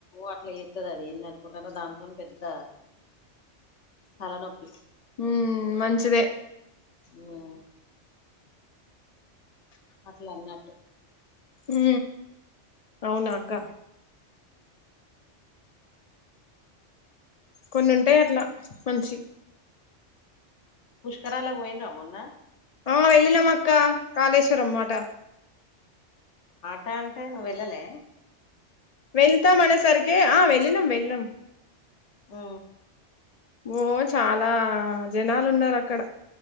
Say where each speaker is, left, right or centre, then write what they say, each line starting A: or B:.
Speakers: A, on the left; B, on the left.
A: అట్లా చేత్తది అది ఏంద అనుకుంటారో దాంతో పెద్ద తలనొప్పి
B: ఉ మంచిదే
A: ఉమ్ అట్లా అన్నట్టు
B: హు అవునా అక్క కొన్ని ఉంటాయి అట్లా మంచి
A: పుష్కరాలకు పోయిన్రా మన్నా
B: ఆ వెళ్ళినామ అక్క కాళేశ్వర మాట
A: ఆట అంటే నువ్వు వెళ్ళలే
B: వెళ్తాం అనే సరికి ఆ వెళ్ళినం వెళ్ళినం
A: ఆ
B: ఓ చాలా జనాలు ఉన్నారు అక్కడ